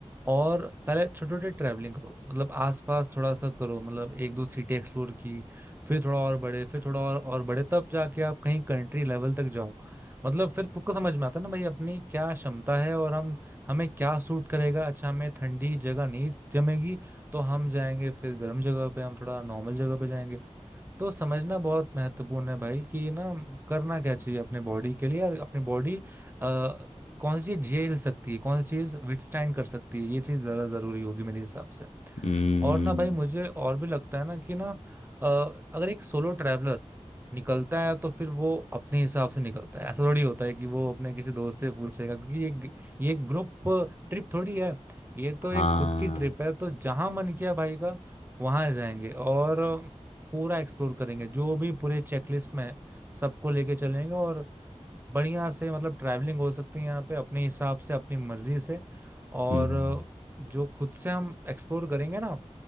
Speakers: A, on the right; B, on the left.
A: और पहले छोटे छोटे ट्रैवलिंग करो मतलब आसपास थोड़ा सा करो मतलब एक दो सिटी एक्सप्लोर की फिर थोड़ा और बड़े फिर थोड़ा और और बड़े तब जाके आप कहीं कंट्री लेवल तक जाओ मतलब फिर खुद को समझ में आता है ना भाई अपनी क्या क्षमता है और हम हमें क्या सूट करेगा अच्छा हमें ठंडी जगह नहीं जमेगी तो हम जाएंगे फिर गर्म जगह पे हम थोड़ा नॉर्मल जगह पे जाएंगे तो समझना बहुत महत्वपूर्ण है भाई कि ना करना क्या चाहिए अपने बॉडी के लिए और अपनी बॉडी अ, कौन सी चीज झेल सकती है कौन सी चीज विथस्टैंड कर सकती है ये चीज जरा जरूरी होगी मेरे हिसाब से
B: हम्म
A: और ना भाई मुझे और भी लगता है ना कि ना अ, अगर एक सोलो ट्रैवलर निकलता है तो फिर वो अपने हिसाब से निकलता है ऐसा थोड़ी होता है कि वो अपने किसी दोस्त से पूछेगा क्योंकि ये ये ग्रुप ट्रिप थोड़ी है ये तो
B: हाँ
A: एक खुद की ट्रिप है तो जहां मन किया भाई का वहां जाएंगे और पूरा एक्सप्लोर करेंगे जो भी पूरे चेकलिस्ट में है सबको लेके चलेंगे और बढ़िया से मतलब ट्रैवलिंग हो सकती है यहाँ पे अपने हिसाब से अपनी मर्जी से और
B: हम्म
A: जो खुद से हम एक्सप्लोर करेंगे ना